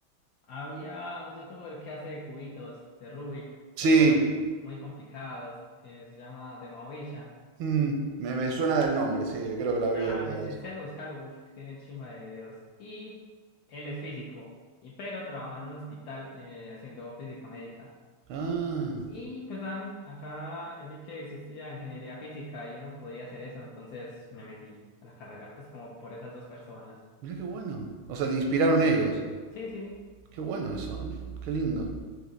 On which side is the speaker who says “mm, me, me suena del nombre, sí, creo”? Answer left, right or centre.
Right